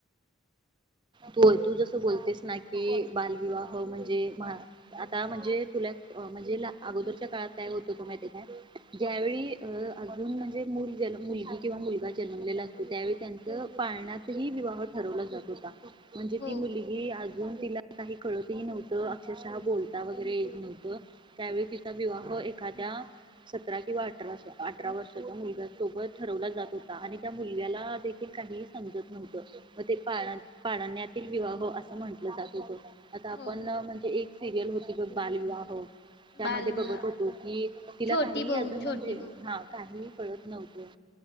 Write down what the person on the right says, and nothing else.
तू तू जसं बोलतेस ना की बालविवाह म्हणजे आता म्हणजे तुला म्हणजे अगोदरच्या काळात काय होतो होतो माहि ते काय ज्यावेळी अ अजून म्हणजे मुल जन्मलेलं मुलगी किंवा मुलगा जन्मलेला असतो त्यावेळी त्यांच पाळण्यात ह विवाह ठरवला जात होता. म्हणजे
ती मुलगी अजून तिला काही कळतही नव्हतं अक्षरशः बोलता वगैरे येत नव्हतं. त्यावेळी तिचा विवाह एखाद्या सतरा किंवा अठरा अठरा वर्षाच्या मुलग्यासोबत ठरवला जात होता आणि त्या मुलगला देखील काही समजत नव्हत म ते पाळना पाळण्यातील विवाह असं म्हंटलं जात होतं. आता आपण
म्हणजे एक सिरियल होती बघ बालविवाह. त्यामध्ये
बघत होतो कि तिला
काही
अजून म्हणजे
हा काही कळत नव्हतं.